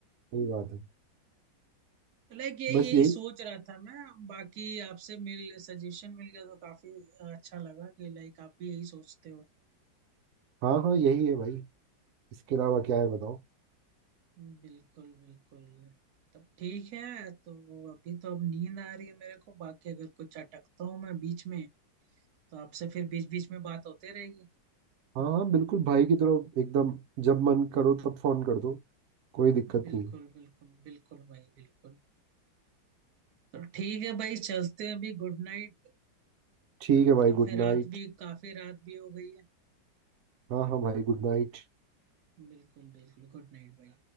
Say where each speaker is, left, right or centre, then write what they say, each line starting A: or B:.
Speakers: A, on the right (about 80°); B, on the right (about 65°).
A: सही बात है
B: लाइक यही
A: बस
B: यही
A: यही
B: सोच रहा था मैं बाकी आपसे मिल सजेशन मिल गया तो काफी अच्छा लगा कि लाइक आप भी यही सोचते हो
A: हाँ हाँ यही है भाई इसके अलावा क्या है बताओ
B: हम्म, बिल्कुल बिल्कुल तब ठीक है तो अभी तो अब नींद आ रही है मेरे को बाकी अगर कुछ अटकता हूँ मैं बीच में तो आपसे फिर बीच बीच में बात होते रहेगी
A: हाँ हाँ बिल्कुल भाई की तरफ एकदम जब मन करो तब फोन कर दो कोई दिक्कत
B: बिल्कुल
A: नहीं है।
B: बिल्कुल बिल्कुल भाई बिल्कुल तो ठीक है भाई चलते हैं अभी गुड नाइट
A: ठीक है भाई
B: काफी
A: गुड
B: रात
A: नाइट
B: भी काफी रात भी हो गई है
A: हाँ हाँ भाई गुड नाइट
B: बिल्कुल बिल्कुल गुड नाइट भाई